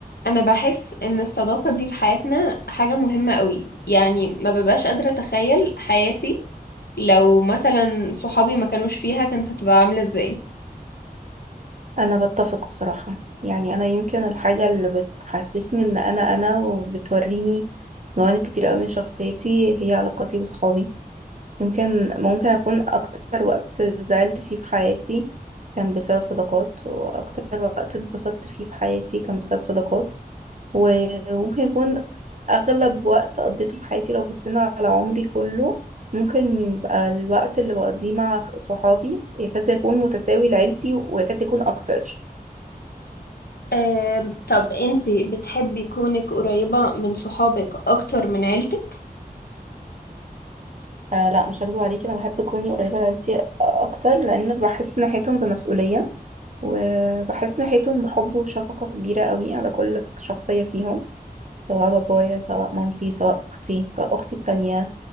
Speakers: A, on the left; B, on the right.
A: انا بحس ان الصداقة دي في حياتنا حاجة مهمة قوي يعني ما ببقاش قادرة اتخيل حياتي لو مثلا صحابي ما كانوش فيها كانت هتبقى عاملة ازاي
B: انا بتفق بصراحة يعني انا يمكن الحاجة اللي بتحسسني ان انا انا وبتوريني جوانب كتير قوي من شخصيتي هي علاقاتي بصحابي يمكن ممكن اكون اكتر وقت زعلت فيه في حياتي كان بسبب صداقات واكتر وقت اتبسطت فيه في حياتي كان بسبب صداقات وممكن يكون اغلب وقت قضيته في حياتي لو بصينا على عمري كله ممكن يبقى الوقت اللي بقضيه مع صحابي يكاد يكون متساوي لعيلتي ويكاد يكون اكتر
A: آه، طب انتي بتحبي كونك قريبة من صحابك اكتر من عيلتك؟
B: آه لا مش هكذب عليكي انا بحب كوني قريبه لعيلتي اكتر لان بحس ناحيتهم بمسؤوليه وبحس ناحيتهم بحب وشفقه كبيره قوي على كل شخصيه فيهم سواء بابايا سواء مامتي سواء اختي سواء اختي التانية